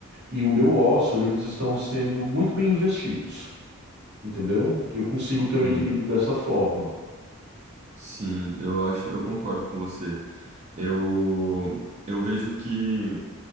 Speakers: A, on the right; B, on the right.
A: e o meu ócio, eles estão sendo muito bem investidos, entendeu? Eu consigo ter um
B: uhum.
A: equilíbrio dessa forma.
B: Sim, eu acho, eu concordo com você. Eu, eu vejo que